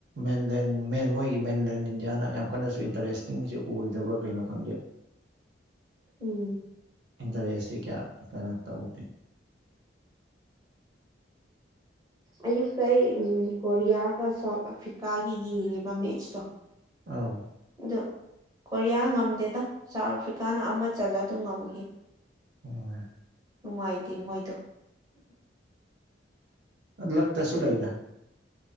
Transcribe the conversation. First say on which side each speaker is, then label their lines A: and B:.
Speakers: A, on the right (about 65°); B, on the right (about 20°).
A: ꯃꯦꯟꯂꯦꯟ ꯃꯦꯟ ꯃꯣꯏꯒꯤ ꯃꯦꯟꯂꯦꯟ ꯏꯟꯗꯤꯌꯥꯅ ꯌꯥꯝ ꯀꯟꯅꯁꯨ ꯏꯟꯇꯔꯦꯁ ꯇꯦꯁꯇꯤꯡꯁꯦ ꯑꯣꯏꯗꯕ꯭ꯔꯥ ꯀꯩꯅꯣ ꯈꯪꯗꯦ꯫
B: ꯎꯝ꯫
A: ꯏꯟꯗꯔꯦꯁꯁꯤ ꯀꯌꯥ ꯀꯩꯅꯣ ꯇꯧꯗꯦ꯫
B: ꯑꯌꯨꯛꯇ ꯑꯩ ꯀꯣꯔꯤꯌꯥꯒ ꯁꯥꯎꯠ ꯑꯐ꯭ꯔꯤꯀꯥꯒꯤ ꯌꯦꯡꯉꯤꯕ ꯃꯦꯠꯁꯇꯣ꯫
A: ꯑꯥꯎ꯫
B: ꯑꯗꯣ ꯀꯣꯔꯤꯌꯥ ꯉꯝꯗꯦꯗ ꯁꯥꯎꯠ ꯑꯐ꯭ꯔꯤꯀꯥꯅ ꯑꯃ ꯆꯜꯂ ꯑꯗꯨꯝ ꯉꯝꯒꯤ꯫
A: ꯎꯝ꯫
B: ꯅꯨꯡꯉꯥꯏꯇꯦ ꯃꯣꯏꯗꯣ꯫
A: ꯂꯥꯛꯇꯁꯨ ꯂꯩꯥꯏꯗ꯫